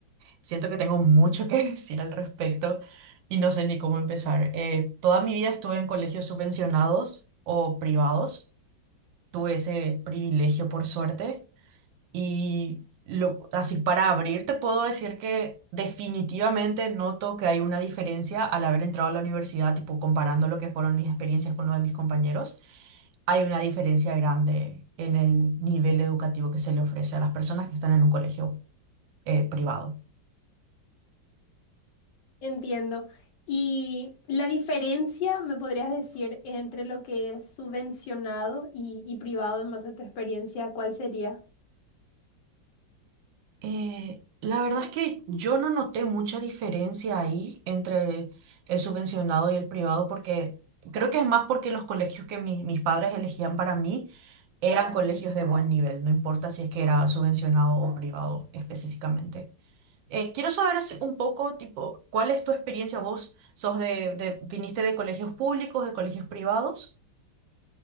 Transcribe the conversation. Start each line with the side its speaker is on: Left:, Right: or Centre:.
Right: siento que tengo mucho que <laughs> decir al respecto y no sé ni cómo empezar. Eh, toda mi vida estuve en colegios subvencionados o privados. Tuve ese privilegio por suerte. Y lo, así para abrir, te puedo decir que definitivamente noto que hay una diferencia al haber entrado a la universidad, tipo comparando lo que fueron mis experiencias con lo de mis compañeros. Hay una diferencia grande en el nivel educativo que se le ofrece a las personas que están en un colegio eh, privado.
Left: Entiendo. Y la diferencia, me podrías decir, entre lo que es subvencionado y, y privado en base a tu experiencia, ¿cuál sería?
Right: Eh, la verdad es que yo no noté mucha diferencia ahí entre el subvencionado y el privado, porque creo que es más porque los colegios que mi- mis padres elegían para mí eran colegios de buen nivel, no importa si es que era subvencionado o privado específicamente. Eh, quiero saber así un poco, tipo, ¿cuál es tu experiencia? ¿Vos sos de, de- viniste de colegios públicos, de colegios privados?